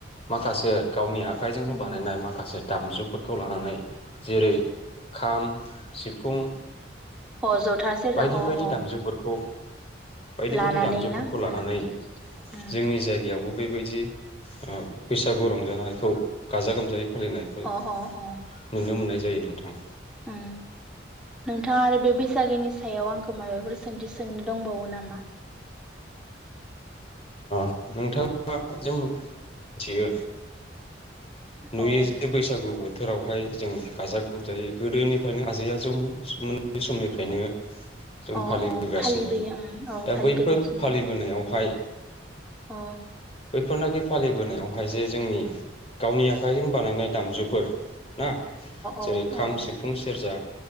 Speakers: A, on the left; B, in the centre.
A: माखासे गावनि आ खाइजोंनो
B: उम
A: बानायनाय माखासे दामजुफोरखौ लानानै जेरै खाम, सिफुं
B: अ जथा सेरजा
A: बायदि
B: अ
A: बायदि
B: अ
A: दामजुफोरखौ बायदि
B: लानानै
A: बायदि दामजुफोरखौ
B: ना
A: लानानै
B: उम उम उम
A: जोंनि जायगायावबो बेबायदि ओ बैसागु रंजानायखौ गाजा गोमजायै फालिनायखो नुनो
B: अ अ अ
A: मोननाय जा जायो नोंथां।
B: उम नोंथाङा आरो बे बैसागोनि सायाव आंखो माबाफोर सोंथि सोंनो दंबावो नामा?
A: अ नोंथाङा जे मिथियो नुयो
B: औ
A: जे बैसागु बो थोरावहाय जों गाजा गोमजायै गोदोनिफ्रायनो आजै आजौ मोननि <unintelligible> समनिफ्रायनो जों
B: अ
A: फालिबोगासिनो
B: अ फालिबोयो उम औ
A: दा
B: फालिबोगासिनो।
A: बैफोर फालिबोनायावहाय
B: अ
A: बैफोरनाखि फालिबोनायावहाय जे जोंनि गावनि आखाइजों बानायनाय दामजुफोर ना जेरै
B: अ
A: खाम,
B: अ
A: सिफुं, सेरजा